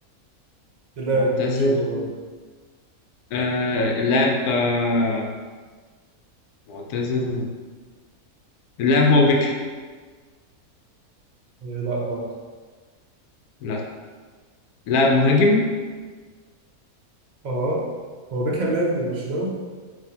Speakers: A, on the right; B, on the left.
A: لاعب
B: معتزل
A: لبرشلونة
B: آه... اللاعب آه... معتزل اللاعب هو بيكهام
A: آه لا أه
B: لا اللاعب مهاجم
A: أه هو بيكهام لاعب لبرشلونة؟